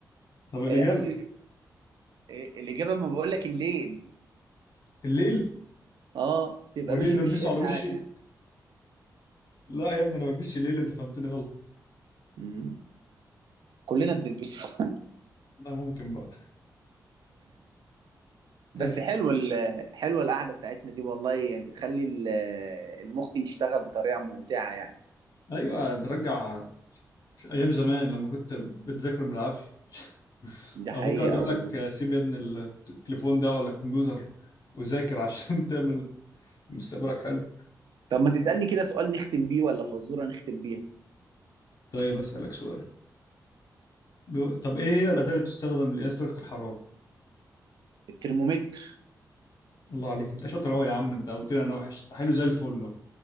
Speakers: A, on the left; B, on the right.
A: <laughs> طب الإجابة
B: هي اصل الاجابة ما بقول لك الليل
A: الليل
B: اه تبقى
A: والليل
B: ماشي
A: بلبسه
B: مش شايف
A: على وشي
B: حاجة
A: لا يا ابني انا ما بلبسش الليل انت فهمتني غلط
B: مم. كلنا بنلبسه <laughs>
A: لا ممكن بقى طيب
B: بس حلوه ال- حلوه القعدة بتاعتنا دي والله يعني بتخلي ال- المخ يشتغل بطريقة ممتعة يعني
A: ايوه ترجع ايام زمان لما كنت بتذاكر بالعافية <laughs>
B: دي
A: ابوك
B: حقيقة
A: يقعد يقول لك
B: والله
A: سيب يا ابني التليفون ده ولا الكمبيوتر وذاكر عشان <laughs> تعمل مستقبلك حلو
B: طب ما تسألني كده سؤال نختم بيه ولا فزورة نختم بيها
A: طيب اسالك سؤال بيقول- طب ايه هي الاداه اللي بتستخدم لقياس درجه الحراره
B: الترمومتر
A: الله عليك انت شاطر قوي يا عم انت قلت لي انا وحش حلو زي الفل اهو